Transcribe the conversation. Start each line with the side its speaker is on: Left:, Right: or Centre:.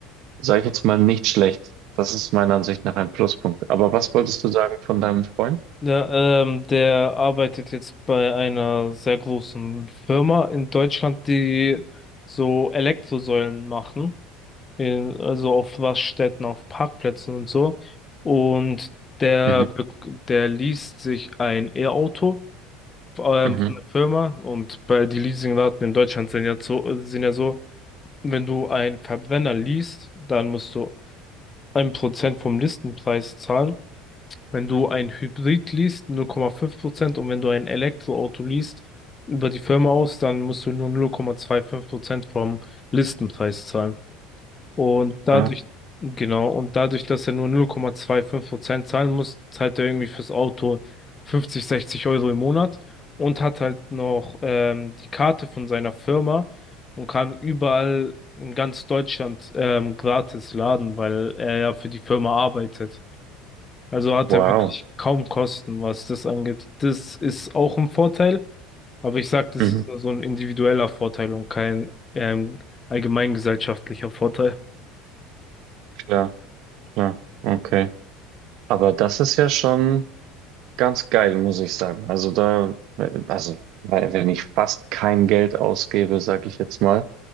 Right: sage ich jetzt mal nicht schlecht. Das ist meiner Ansicht nach ein Pluspunkt. Aber was wolltest du sagen von deinem Freund?
Left: Ja, ähm, der arbeitet jetzt bei einer sehr großen Firma in Deutschland, die so Elektrosäulen machen. in, also auf Raststätten, auf Parkplätzen und so. Und der,
Right: Mhm,
Left: be- der liest sich ein E-Auto ähm,
Right: mhm.
Left: von der Firma und bei die Leasingraten in Deutschland sind ja so, sind ja so, wenn du einen Verbrenner liest, dann musst du ein Prozent vom Listenpreis zahlen. Wenn du ein Hybrid liest, 0,5% und wenn du ein Elektroauto liest, über die Firma aus, dann musst du nur 0,25% vom Listenpreis zahlen. Und dadurch,
Right: Ah,
Left: genau, und dadurch, dass er nur 0,25 Prozent zahlen muss, zahlt er irgendwie fürs Auto 50, 60 Euro im Monat und hat halt noch ähm, die Karte von seiner Firma und kann überall in ganz Deutschland ähm, gratis laden, weil er ja für die Firma arbeitet. Also hat
Right: wow.
Left: er wirklich kaum Kosten, was das angeht. Das ist auch ein Vorteil, aber ich sag, das
Right: Mhm,
Left: ist nur so ein individueller Vorteil und kein ähm, allgemeingesellschaftlicher Vorteil.
Right: klar. Ja, okay. Aber das ist ja schon ganz geil, muss ich sagen. Also da, also, weil, wenn ich fast kein Geld ausgebe, sage ich jetzt mal,